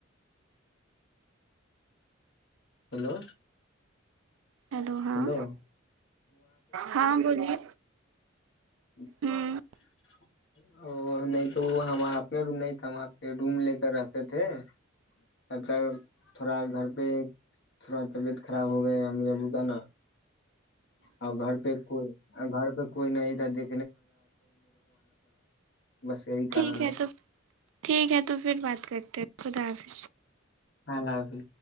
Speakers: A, on the left (about 55°); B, on the right (about 75°).
A: ہیلو
B: ہیلو ہاں
A: ہلو
B: ہاں بولیے
A: ہ <unintelligible>
B: ہوں
A: ا نہیں تو وہ ہمنا ر نہیں تھا وہاں پہ روم لے کر رہتے تھے ا تھوڑا گھر پیک تھوا طبیعت خراب ہو گیا ا ابو کا نا اور گھر پہ کوئی گھر پہ کوئی نہیں تھادے بس یہی
B: ٹھیک
A: کارن
B: ہے تو ٹھیک ہے تو پھر بات کرتے ہیں خدافظ
A: ہ نہ بھی